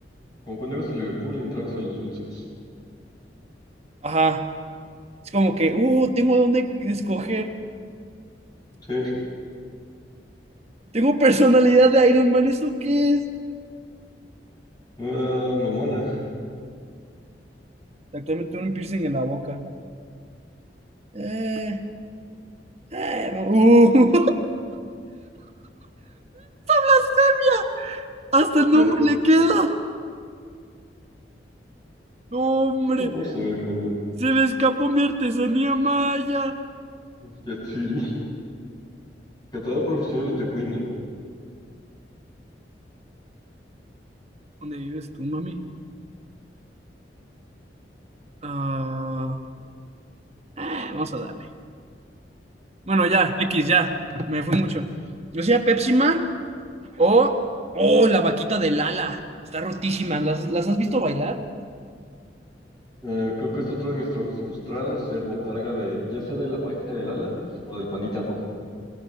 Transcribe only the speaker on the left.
como cuando ibas a Liverpool y entrabas a los dulces.
Sí,
una mamona.
Sí.
Vamos a ver qué onda.
Jet City. Catador profesional de tejuino.
Eh, creo que es otro de mis trabajos frustrados, ser botarga de, ya sea de la pajita del ala o del pandita rojo.